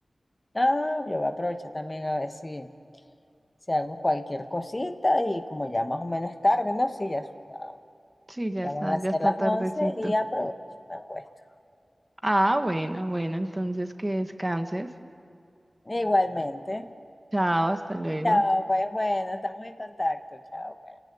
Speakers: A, on the left; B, on the right.
A: Ah, yo voy a aprovechar también a ver si, si hago cualquier cosita y como ya más o menos es tarde, ¿no? Sí, ya ah,
B: Sí, ya
A: Ya
B: está,
A: van a
B: ya
A: ser
B: está
A: las
B: tardecito.
A: 11 y aprovecho, me acuesto.
B: Ah, bueno, bueno, entonces que descanses.
A: Igualmente.
B: Chao, hasta luego.
A: Chao, pues bueno, estamos en contacto. Chao, pues.